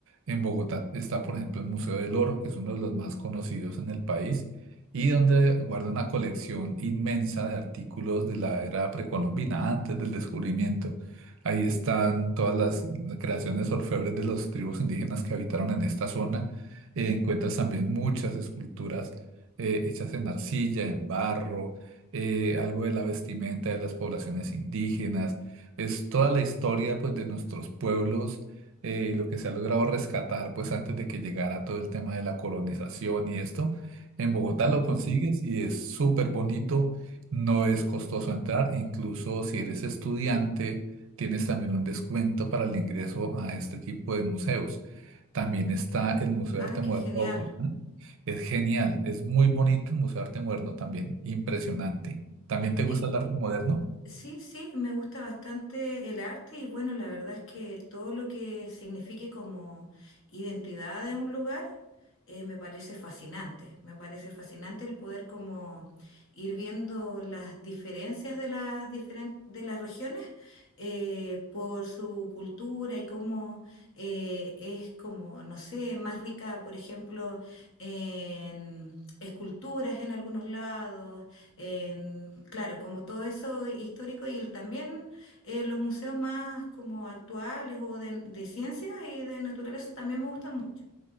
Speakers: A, on the right; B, on the left.
A: En Bogotá está, por ejemplo, el Museo del Oro, que es uno de los más conocidos en el país y donde guarda una colección inmensa de artículos de la era precolombina, antes del descubrimiento. Ahí están todas las creaciones orfebres de las tribus indígenas que habitaron en esta zona. Eh, encuentras también muchas esculturas eh, hechas en arcilla, en barro eh, algo de la vestimenta de las poblaciones indígenas, es toda la historia pues de nuestros pueblos eh, y lo que se ha logrado rescatar pues antes de que llegara todo el tema de la colonización y esto. En Bogotá
B: Ujú.
A: lo consigues y es súper bonito, no es costoso entrar, incluso si eres estudiante tienes también un descuento para el ingreso a este tipo de museos. También está el Museo
B: Ah,
A: de Arte
B: qué
A: Moderno
B: genial.
A: de Bogotá. Es genial, es muy bonito el Museo de Arte Moderno también, impresionante. ¿También te
B: ¿Y
A: gusta el arte moderno?
B: Sí, sí, me gusta bastante el arte y bueno, la verdad es que todo lo que signifique como identidad de un lugar eh, me parece fascinante. Me parece fascinante el poder como ir viendo las diferencias de las diferen- de las regiones eh, por su cultura y cómo eh, es como, no sé, más rica, por ejemplo, en esculturas en algunos lados en, claro, como todo eso histórico y el, también eh, los museos más como actuales o de, de ciencia y de naturaleza también me gustan mucho.